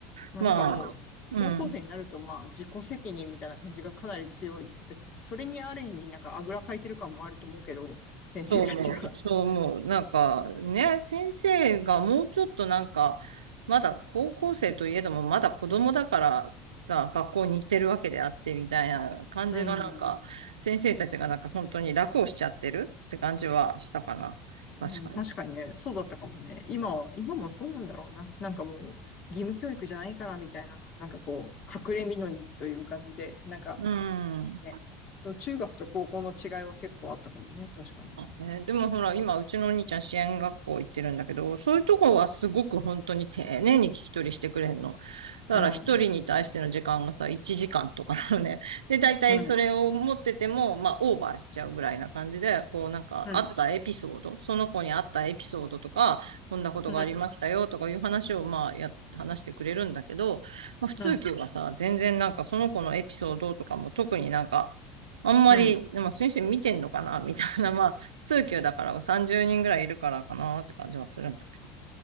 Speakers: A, on the left; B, on the right.
A: まあなんかもう、
B: まあ、うん。
A: 高校生になるとまあ自己責任みたいな感じがかなり強いってか、それにある意味なんかあぐらかいてる感もあると思うけど、先生たちが。
B: そう思ねう、そう思う。なんかね、先生がもうちょっとなんか、まだ高校生といえども、まだ子供だからさ、学校に行ってるわけであってみたいな感じがなんか、
A: うん。
B: 先生たちがなんか本当に楽をしちゃってるって感じはしたかな。確かに。
A: うん、確かにね、そうだったかもね。今は、今もそうなんだろうな。なんかもう、義務教育じゃないからみたいなの、なんかこう、隠れみのにという感じで、なんか
B: うん。
A: ね、その中学と高校の違いは結構あったかもね、確かに。
B: ね、でもほら、今、うちのお兄ちゃん支援学校行ってるんだけど、そういうとこはすごく本当に丁寧に聞き取りしてくれんの。だから一人に対しての時間がさ、
A: うん、
B: 1時間とかなのね。で、大体それを持ってても、
A: うん、
B: まあ、オーバーしちゃうぐらいな感じで、こう、なんか、
A: うん、
B: あったエピソード、その子にあったエピソードとか、こんなことがありましたよとかいう話を、
A: うん、
B: まあ、や、話してくれるんだけど、まあ、普通級がさ、
A: うん、
B: 全然なんか、その子のエピソードとかも特になんか、あんまり、
A: うん、
B: でも先生見てんのかな <laughs> みたいな、<laughs> まあ、普通級だから30人ぐらいいるからかなって感じはするんだけど。